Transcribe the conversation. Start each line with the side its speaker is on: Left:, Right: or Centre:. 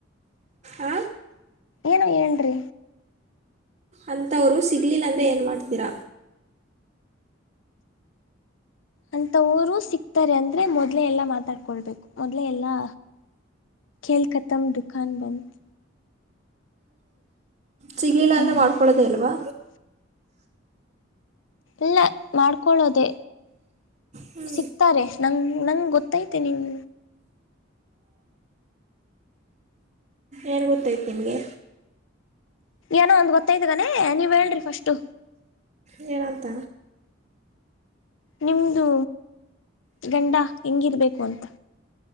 Right: ಹ
Left: ಏನೋ ಏನ್ರಿ
Right: ಅಂಂತವ್ರು ಸಿಗ್ಲಿಲ್ಲ ಅಂದ್ರೆ ಏನ್ ಮಾಡಾ್ತೀರ
Left: ಅಂತವರು ಸಿಕ್ತಾರೆ ಅಂದ್ರೆ ಮೊದ್ಲೆೇ ಎಲ್ಲಾ ಮಾತಾಡ್ಕೊಳ್ಬೇಕು ಮೊದ್ಲೆೇ ಎಲ್ಲಾ ಲ್ ಕತಮ ಕಾನ ಬಂದಧ
Right: ಸಿಗ್ಲಿಲ್ಲ
Left: ಹ್ಞೂ
Right: ಅಂದ್ರೆ ಮಾಡ್ಕೊಳೋದೇ ಅಲ್ವಾ
Left: ಎಲ್ಲ ಮಾಡ್ಕೊಳ್ಳೋದೆೇ
Right: ಹ್ಞೂ
Left: ಸಿಕ್ತಾರೆ ನಂಗ ನಂಗ್ ಗೊತ್ತೈತೆ ನೀವು
Right: ಏನ್ ಗೊತ್ತಾಯತ್ತು ನಿಮ್ಗೆ
Left: ಏನೋ ಒಂದ್ ಗೊತ್ತೈದ್ಗನೆೇ ನೀವ್ ಹೇಳ್ರಿ ಫಸ್ಟು
Right: ನನಂತ
Left: ನಿಮ್ದು ಗಂಡ ಹೆಂಗಿರ್ಬೇಕು ಅಂತ